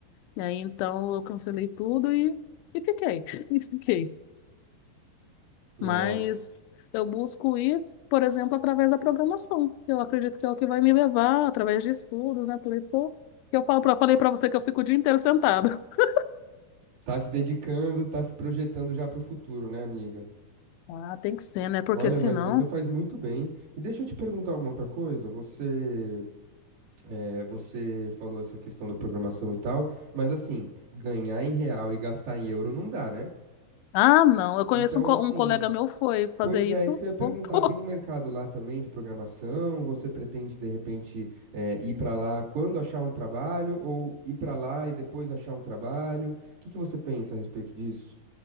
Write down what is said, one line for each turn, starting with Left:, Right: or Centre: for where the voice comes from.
Left: E aí então eu cancelei tudo e, e fiquei, <laughs> e fiquei.
Right: Nossa,
Left: Mas eu busco ir, por exemplo, através da programação. Eu acredito que é o que vai me levar, através de estudos, né? Por isso que eu, que eu falo pra, falei pra você que eu fico o dia inteiro sentado. <laughs>
Right: tá se dedicando, tá se projetando já pro futuro, né, amiga?
Left: Ah, tem que ser, né? Porque
Right: Olha,
Left: senão.
Right: mas você faz muito bem. E deixa eu te perguntar uma outra coisa. Você, é, você falou essa questão da programação e tal, mas assim, ganhar em real e gastar em euro não dá, né?
Left: Ah, não. Eu conheço
Right: Então,
Left: um, co-
Right: assim,
Left: um colega meu foi fazer
Right: pois
Left: isso,
Right: é, isso que eu ia perguntar.
Left: voltou.
Right: Tem um mercado lá também de programação? Você pretende, de repente, é, ir pra lá quando achar um trabalho ou ir pra lá e depois achar um trabalho? O que que você pensa a respeito disso?